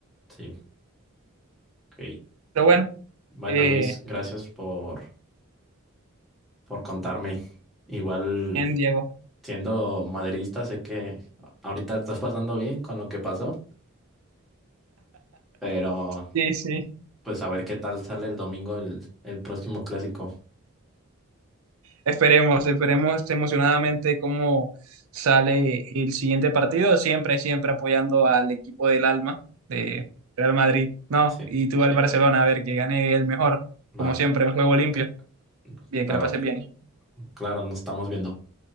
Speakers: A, in the centre; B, on the right.
A: sí, ok.
B: Pero bueno,
A: Bueno,
B: eh,
A: Luis, gracias por, por contarme. Igual
B: bien, Diego.
A: siendo maderista, sé que ahorita estás pasando bien con lo que pasó, pero
B: Sí, sí.
A: pues a ver qué tal sale el domingo el, el próximo clásico.
B: Esperemos, esperemos emocionadamente cómo sale el siguiente partido, siempre, siempre apoyando al equipo del alma, de Real Madrid, ¿no?
A: Sí,
B: Y tú al Barcelona, a ver que gane el mejor,
A: va.
B: como siempre, un juego
A: ok.
B: limpio. Bien,
A: Claro,
B: que la pases bien.
A: claro, nos estamos viendo.